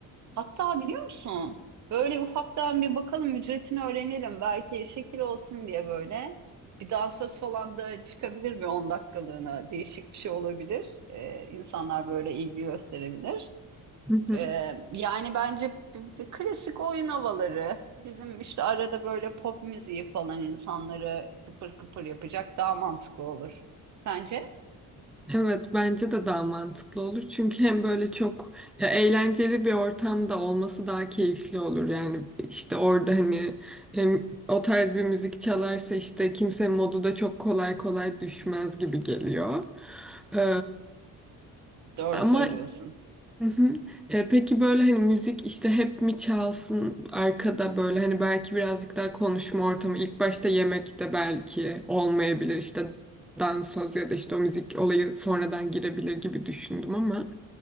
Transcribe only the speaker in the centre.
<laughs>
Evet bence de daha mantıklı olur. Çünkü hem böyle çok ya eğlenceli bir ortamda olması daha keyifli olur. Yani işte orada hani hem o tarz bir müzik çalarsa işte kimse modu da çok kolay kolay düşmez gibi geliyor. Ee,
ama
Hı hı. E, peki böyle hani müzik işte hep mi çalsın arkada böyle hani belki birazcık daha konuşma ortamı ilk başta yemekte belki olmayabilir işte dans söz ya da işte o müzik olayı sonradan girebilir gibi düşündüm ama